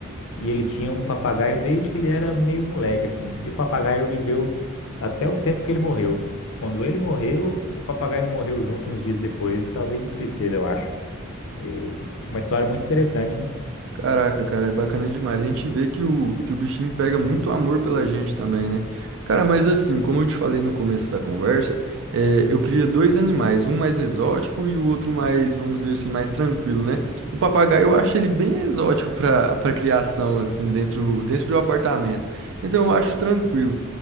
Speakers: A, on the left; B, on the right.
A: e ele tinha um papagaio desde que ele era meio moleque assim. E o papagaio viveu até o tempo que ele morreu. Quando ele morreu, o papagaio morreu junto uns dias depois, talvez de tristeza, eu acho. É uma história muito interessante, né?
B: Caraca, cara, é bacana demais. A gente vê que o, que o bichinho pega muito amor pela gente também, né? Cara, mas assim, como eu te falei no começo da conversa, é, eu queria dois animais, um mais exótico e o outro mais, vamos dizer assim, mais tranquilo, né? O papagaio eu acho ele bem exótico para para criação, assim, dentro, dentro do apartamento. Então eu acho tranquilo.